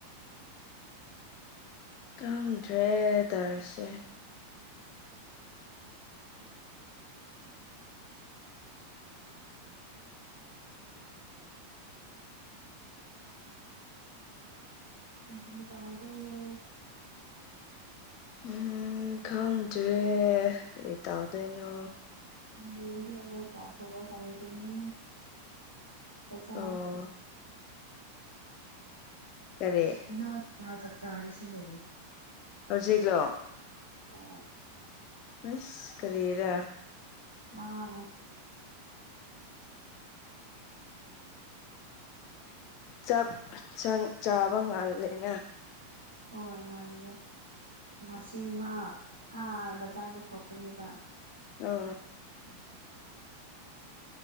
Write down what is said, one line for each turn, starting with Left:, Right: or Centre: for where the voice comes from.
Left: ꯈꯪꯗ꯭ꯔꯦ ꯇꯧꯔꯤꯁꯦ
Right: ꯐꯤꯒꯔꯤ ꯇꯥꯎꯗꯣꯏꯔꯣ
Left: ꯎꯝ ꯈꯪꯗ꯭ꯔꯦ ꯀꯔꯤ ꯇꯧꯗꯣꯏꯅꯣ
Right: ꯍꯌꯦꯡꯗꯤ ꯑꯃꯨꯛ <unintelligible> ꯒꯅꯤ ꯆꯥꯛ ꯆꯥꯔꯦ
Left: ꯑꯣ ꯀꯔꯤ
Right: ꯏꯃꯥ ꯕꯥꯕꯥ ꯆꯥꯛ ꯆꯥꯔꯁꯦ ꯍꯥꯢꯌꯦ
Left: ꯍꯧꯖꯤꯛꯂꯣ
Right: ꯍꯣꯏ
Left: ꯑꯁ ꯀꯔꯤꯔ
Right: ꯃꯥ <unintelligible>
Left: ꯆꯥꯛ ꯁꯪ ꯆꯥꯕ ꯉꯥꯜꯂꯦꯅ
Right: ꯍꯣꯜ ꯉꯟꯔꯦ ꯉꯁꯤ ꯃ ꯑꯥ ꯕꯖꯥꯔꯗ ꯊꯣꯛꯀꯅꯦꯕ
Left: ꯑꯥ
Right: ꯑꯗꯨꯒꯤ